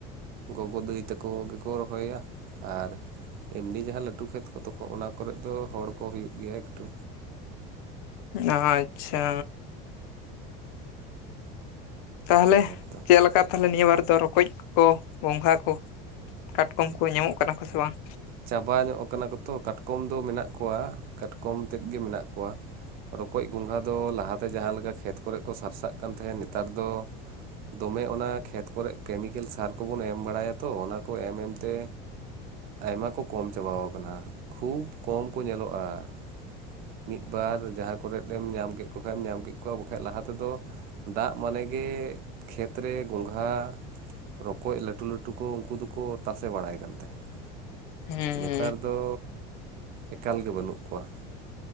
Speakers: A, on the right (about 50°); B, on the left (about 75°).
A: ᱜᱚᱜᱚ ᱫᱟᱹᱭ ᱛᱟᱠᱚ ᱜᱮᱠᱚ ᱨᱚᱦᱚᱭᱟ ᱟᱨ ᱮᱢᱱᱤ ᱡᱟᱦᱟᱸ ᱞᱟᱹᱴᱩ ᱠᱷᱮᱛ ᱠᱚ ᱛᱚᱠᱷᱚᱡ ᱚᱱᱟ ᱠᱚᱨᱮᱜ ᱫᱚ ᱦᱚᱲ ᱠᱚ ᱦᱩᱭᱩᱜ ᱜᱮᱭᱟ ᱮᱠᱴᱩ᱾
B: ᱟᱪᱪᱷᱟ᱾ ᱛᱟᱦᱚᱞᱮ
A: ᱦᱮᱸᱛᱚ
B: ᱪᱮᱫ ᱞᱮᱠᱟᱛ ᱛᱟᱦᱚᱞᱮ ᱱᱤᱭᱟᱹ ᱵᱟᱨ ᱫᱚ ᱨᱚᱠᱚᱡ ᱠᱚ ᱜᱚᱸᱜᱷᱟ ᱠᱚ ᱠᱟᱴᱠᱚᱢ ᱠᱚ ᱧᱟᱢᱚᱜ ᱠᱟᱱᱟ ᱠᱚ ᱥᱮ ᱵᱟᱝ?
A: ᱪᱟᱵᱟ ᱧᱚᱜ ᱠᱟᱱᱟ ᱠᱚᱛᱚ ᱠᱟᱴᱠᱚᱢ ᱫᱚ ᱢᱮᱱᱟᱜ ᱠᱚᱣᱟ ᱠᱟᱴᱠᱚᱢ ᱛᱮᱫ ᱜᱮ ᱢᱮᱱᱟᱜ ᱠᱚᱣᱟ ᱾ ᱨᱚᱠᱚᱡ ᱜᱚᱸᱜᱷᱟ ᱫᱚ ᱞᱟᱦᱟᱛᱮ ᱡᱟᱦᱟᱸ ᱞᱮᱠᱟ ᱠᱷᱮᱛ ᱠᱚᱨᱮᱜ ᱠᱚ ᱥᱟᱨᱥᱟᱜ ᱠᱟᱱ ᱛᱟᱦᱮᱸᱫ ᱱᱮᱛᱟᱨ ᱫᱚ ᱫᱚᱢᱮ ᱚᱱᱟ ᱠᱷᱮᱛ ᱠᱚᱨᱮ ᱠᱮᱢᱤᱠᱮᱞ ᱥᱟᱨ ᱠᱚᱵᱚᱱ ᱮᱢ ᱵᱟᱲᱟᱭᱟ ᱛᱚ ᱚᱱᱟ ᱠᱚ ᱮᱢ ᱮᱢ ᱛᱮ ᱟᱭᱢᱟ ᱠᱚ ᱠᱚᱢ ᱪᱟᱵᱟᱣ ᱠᱟᱱᱟ, ᱠᱷᱩᱵᱽ ᱠᱚᱢ ᱠᱚ ᱧᱮᱞᱚᱜᱼᱟ ᱾ ᱢᱤᱫᱵᱟᱨ ᱡᱟᱦᱟᱸ ᱠᱚᱨᱮᱫ ᱮᱢ ᱧᱟᱢ ᱠᱮᱫ ᱠᱚ ᱠᱷᱟᱡ ᱮᱢ ᱧᱟᱢ ᱠᱮᱫ ᱠᱚᱣᱟ ᱵᱟᱠᱷᱟᱡ ᱞᱟᱦᱟ ᱛᱮᱫᱚ ᱫᱟᱜ ᱢᱟᱱᱮ ᱜᱮ ᱠᱷᱮᱛ ᱨᱮ ᱜᱚᱸᱜᱷᱟ ᱾ ᱨᱚᱠᱚᱡ ᱞᱟᱹᱴᱩ ᱞᱟᱹᱴᱩ ᱠᱚ ᱩᱱᱠᱩ ᱫᱚᱠᱚ ᱛᱟᱥᱮ ᱵᱟᱲᱟᱭ ᱟᱱ ᱛᱟᱦᱮᱸᱫ ᱾
B: ᱦᱩᱸ᱾
A: ᱱᱮᱛᱟᱨ ᱫᱚ ᱮᱠᱟᱞᱜ ᱜᱮ ᱵᱟᱹᱱᱩᱜ ᱠᱚᱣᱟ ᱾